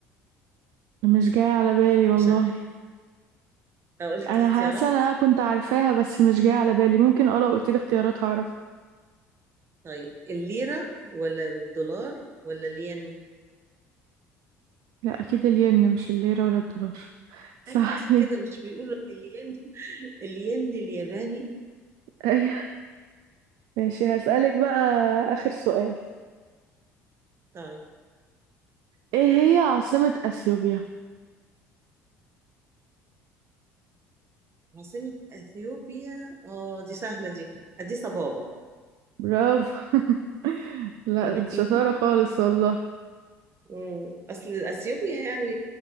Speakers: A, on the right (about 55°); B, on the right (about 35°).
A: مش جاية على بالي والله
B: مش عارفة أقول لك
A: أنا
B: اختيارات
A: حاسة إن أنا كنت عارفاها بس مش جاية على بالي ممكن أقرأ قلت لي اختيارات هعرف
B: طيب الليرة ولا الدولار ولا الين
A: لا أكيد الين مش الليرة ولا الدولار <laughs>
B: أيوة
A: صح
B: بس
A: ليه
B: كده مش بيقولوا الين <laughs> الين الياباني
A: أيوه ماشي هسألك بقى آخر سؤال
B: طيب
A: إيه هي عاصمة أثيوبيا
B: عاصمة أثيوبيا اه دي سهلة دي أديس أبابا
A: برافو <laughs> لا
B: <laughs>
A: شطارة خالص والله
B: مم. أصل أثيوبيا يعني